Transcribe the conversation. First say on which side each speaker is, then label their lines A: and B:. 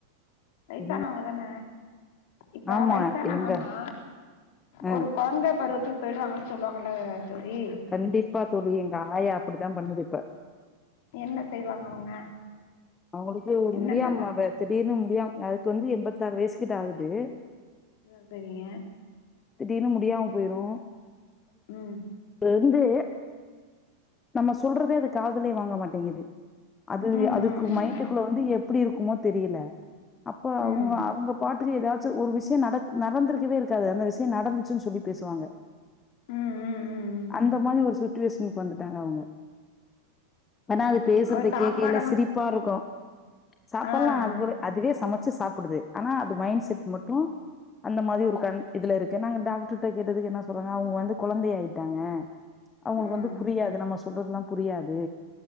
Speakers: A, on the left (about 50°); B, on the left (about 20°).
A: வைசானவங்கதன
B: எங்
A: இப்ப
B: ஆமா
A: வயசானவங்கன்னா
B: எங்க ஆ
A: ஒரு கொழந்த பருவத்து போயிடுவாங்கன்னு சொல்லுவாங்கில்ல தோழி
B: கண்டிப்பா தோழி எங்க ஆயா அப்படித்தா பண்ணுது இப்ப
A: என்ன செய்வாங்க அவங்க
B: அவங்களுக்கு ஒரு
A: என்னென்னல்லா
B: முடியாம திடீர்னு முடியாம அதுக்கு வந்து எண்பத்தாறு வயசு கிட்ட ஆகுது
A: அது செரிங்க
B: திடீர்னு முடியாம போயிடு
A: ம்
B: இருந்து நம்ம சொல்றதேயே அது காதுலேயே வாங்க மாட்டேங்குது அது
A: ம்
B: அது
A: ம் ம்
B: வீட்டுக்குள்ள வந்து எப்படி இருக்குமோ தெரியல அப்ப
A: ம்
B: அவங்க அவங்க பாட் ப்ரி ஏதாச்சு ஒரு விஷியோ நட நடந்திருக்கவே இருக்காது அந்த விஷியோ நடந்துச்சுன்னு சொல்லி பேசுவாங்க
A: ம் ம் ம் ம்
B: அந்த மாரி ஒரு சுச்சுவேஷனுக்கு வந்துட்டாங்க அவங்க ஆனா
A: ஆ
B: அது பேசுறத
A: அவ சாப்பாடெல்லா
B: கேக்கேயில்ல சிரிப்பா இருக்கு சாப்பிட்லா
A: ஆ ஆ
B: அது ஒரு அதுவே சமைச்சு சாப்பிடுது ஆனா அது மைண்ட் செட் மட்டு அந்த மாரி ஒரு கண் இதுல இருக்கு நாங்க டாக்டர்கிட்ட கேட்டதுக்கு என்ன சொல்றாங்க அவங்க வந்து கொழந்தே ஆயிட்டாங்க அவங்களுக்கு
A: ம்
B: வந்து புரியாது நம்ம சொல்றதுல்லா புரியாது